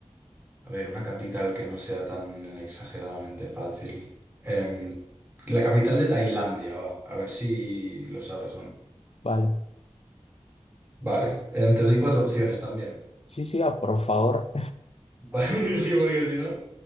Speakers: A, on the right; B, on the left.
A: A ver, una capital que no sea tan exageradamente fácil. Em, la capital de Tailandia, va. A ver si lo sabes o no.
B: vale.
A: Vale, em, te doy cuatro opciones también.
B: Sí, sí, ah, por favor.
A: Va- <laughs> Sí, porque si no.